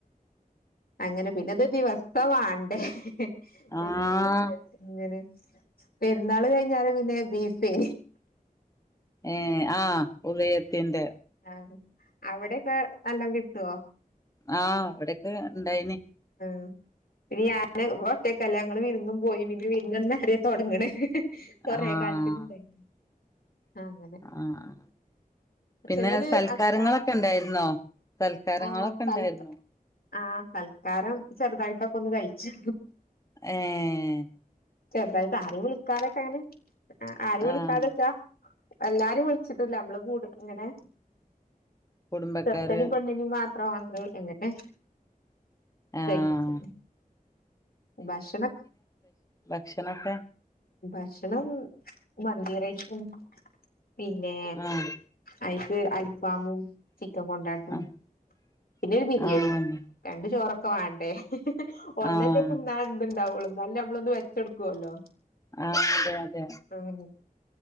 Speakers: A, on the left; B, on the left.
A: അങ്ങനെ പിന്നത് ദിവസം വാണ്ടേ
B: ആഹ്
A: എന്തെല്ക്കും ആയിട്ടിങ്ങനെ പെരുന്നാള് കഴിഞ്ഞാല് പിന്നെ പീസെ
B: ഏ ആ ഉളിയത്തിന്റെ
A: ആ അവിടെയൊക്കെ നല്ലോം കിട്ടോ
B: ആഹ വിടൊക്കെ ഉണ്ടായിനി
A: ആ പിന്നെ ഞാന് ഒറ്റക്കല്ലേ ഞങ്ങള് വിരുന്നും പോയി പിന്നെ വിരുന്നന്നാരെ തൊട്ങ്ങ്ണ് കുറേക്കാലത്തിനുണ്ടായി
B: ആഹ്
A: ആങ്ങനെ
B: ആഹ് പിന്നെ
A: ചെലോല്
B: സൽക്കാരങ്ങളൊക്കെ
A: അച്ചാറൊ
B: ഇണ്ടായിരുന്നോ സൽക്കാരങ്ങളൊക്കെ
A: ആം സൽ
B: ഇണ്ടായിരുന്നോ
A: ആ ഹരം ചെറുതായിട്ടൊക്കെ ഒന്ന് കഴിച്ച്‌
B: ഏഹ്
A: ചെർതായി ആരും വിളിക്കാതെക്കെ എങ്ങനെ അ ആരെം വിളിക്കാതെക്കാ
B: ആഹ്
A: എല്ലാരും വിളിച്ചിട്ടില്ല നമ്മള് കൂട് ഇങ്ങനെ
B: കുടുംബക്കാര്
A: ചെർക്കനിം പെണ്ണിനിം മാത വാങ്ക് എങ്ങനെ
B: ആഹ്
A: ഴിച്ച് ഭക്ഷ്ണക്
B: ഭക്ഷ്ണൊക്കെ
A: ഭക്ഷണം മന്തിറൈസും പിന്നെ
B: ആഹ്
A: അയിക്ക് അൽഫാമും ചിക്കൻ കൊണ്ടാട്ടും
B: ആഹ്
A: പിന്നെ ഒരു ബിരിയാണി
B: ആഹ്
A: രണ്ട് ചോറൊക്കെ വാണ്ടേ ഒന്നന്നെ
B: ആഹ്
A: തിന്നാൻ ത് ണ്ടാവൊള്ളൂ ന്നാലും നമ്മളൊന്ന് വെ ച്ചെട്ക്കുവല്ലോ
B: ആഹ് അതെ അതെ
A: ഉം